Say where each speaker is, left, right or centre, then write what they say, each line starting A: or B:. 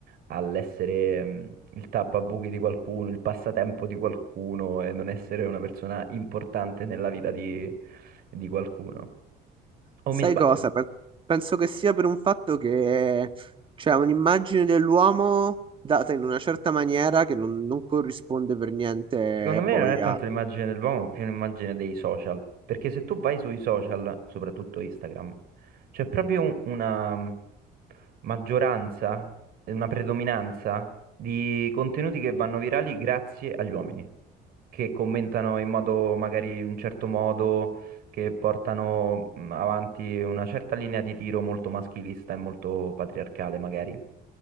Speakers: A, on the right; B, on the right.
A: all'essere mh, il tappabuchi di qualcuno, il passatempo di qualcuno e non essere una persona importante nella vita di di qualcuno. O
B: Sai
A: mi sbaglio?
B: cosa? Per- Penso che sia per un fatto che c'è un'immagine dell'uomo data in una certa maniera che non, non corrisponde per niente
A: Secondo me
B: poi
A: non è tanto
B: a...
A: l'immagine dell'uomo, ma più un'immagine dei social. Perché se tu vai sui social, soprattutto Instagram, c'è proprio un- una maggioranza, e una predominanza di contenuti che vanno virali grazie agli uomini, che commentano in modo magari in un certo modo, che portano mh, avanti una certa linea di tiro molto maschilista e molto patriarcale, magari.